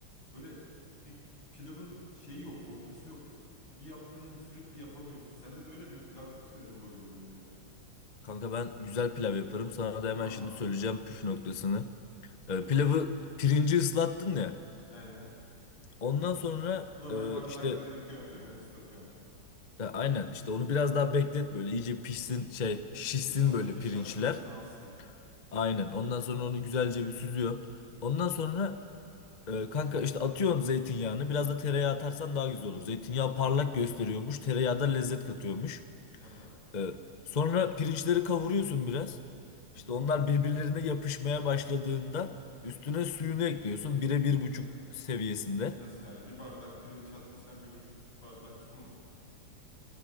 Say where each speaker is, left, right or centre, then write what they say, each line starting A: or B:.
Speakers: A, on the left; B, on the left.
A: Böyle bir pilavın şeyi yok, ortası yok. Bir yaptığını sürekli yapamıyorsun. Sende de öyle mi? Pilav çok sinirimi bozuyor benim o yüzden.
B: Kanka ben güzel pilav yaparım. Sana da hemen
A: Vallahi
B: şimdi söyleyeceğim
A: mı?
B: püf noktasını.
A: Söyle
B: Ee,
A: bakayım.
B: pilavı pirinci ıslattın ya.
A: Aynen.
B: Ondan sonra
A: Normal
B: e,
A: bardakta
B: işte
A: yıkıyorsun değil mi? Islatıyorsun.
B: Da, aynen işte onu biraz daha beklet böyle iyice pişsin şey şişsin
A: Şey, nişast
B: böyle
A: nişastasını
B: pirinçler.
A: alsın.
B: Aynen ondan sonra onu güzelce bir süzüyorsun. Ondan sonra
A: Hı hı.
B: e, kanka işte atıyorsun zeytinyağını biraz da tereyağı atarsan daha güzel olur. Zeytinyağı
A: Hı hı.
B: parlak gösteriyormuş tereyağı da lezzet katıyormuş.
A: Hı hı.
B: E, sonra pirinçleri kavuruyorsun biraz.
A: Hı
B: İşte
A: hı.
B: onlar birbirlerine yapışmaya başladığında üstüne suyunu ekliyorsun bire bir
A: Ne
B: buçuk
A: ka-
B: seviyesinde.
A: Nasıl yani? Bir bardak pirinç attıysan bir buçuk bardak su mu?